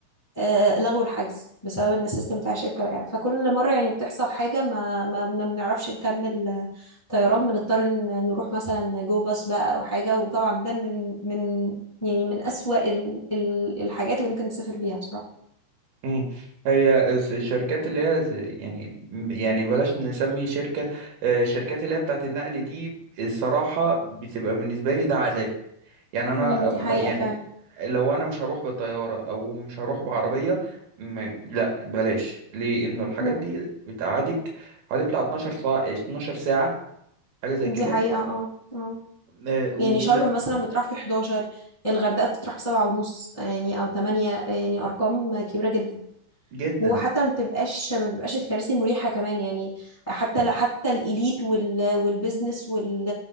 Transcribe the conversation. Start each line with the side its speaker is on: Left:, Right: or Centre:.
Left: آه، لغوا الحجز بسبب ان السيستم بتاع الشركه وقع فكل مره يعني بتحصل حاجه ما ما بن- بنعرفش نكمل آه، طيران بنضطر إن نروح مثلا جو باص بقى او حاجه وطبعا ده من من يعني من اسوأ ال ال الحاجات اللي ممكن تسافر بيها بصراحه
Right: مم. هي الس- الشركات اللي هي زي- يعني يعني بلاش نسمي شركة آه، الشركات اللي هي بتاعت النقل دي الصراحة بتبقى بالنسبة لي ده عذاب يعني أنا
Left: امم
Right: آه،
Left: دي
Right: ما-
Left: حقيقه
Right: يعني
Left: فعلا
Right: لو أنا مش هروح بالطيارة أو مش هروح بعربية م- لا بلاش ليه إنه الحاجات
Left: امم
Right: دي بتقعدك حوالي بتاع 12 ساعة 12 ساعة حاجة زي
Left: دي
Right: كده
Left: حقيقه اه اه
Right: آه، ولا
Left: يعني شرم مثلا بتروح في 11 الغردقه بتروح في سبعة ونص يعني او 8 يعني ارقام كبيره جدا
Right: جدا
Left: وحتى ما بتبقاش ما بيبقاش الكراسي مريحة كمان يعني حتى لا حتى الإليت وال والبزنس وال